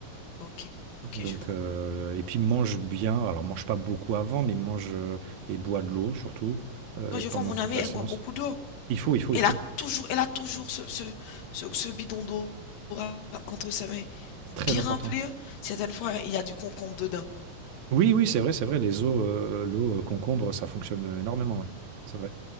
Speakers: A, on the left (about 80°); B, on the right (about 65°).
A: Ok, ok,
B: Donc,
A: je comprends.
B: euh, et puis mange bien. Alors, mange pas beaucoup avant, mais mange euh, et bois de l'eau surtout euh,
A: Moi, je
B: pendant
A: vois mon
B: toute
A: amie,
B: la
A: elle
B: séance.
A: boit beaucoup d'eau.
B: Il faut, il faut,
A: Elle
B: il faut.
A: a toujours, elle a toujours ce, ce, ce, ce bidon d'eau à- entre ses mains,
B: C'est très
A: bien
B: important.
A: rempli. hein. Certaines fois, il y a du concombre dedans.
B: Oui, oui, c'est vrai, c'est vrai. Les eaux, euh, l'eau euh, concombre, ça fonctionne énormément. ouais. C'est vrai.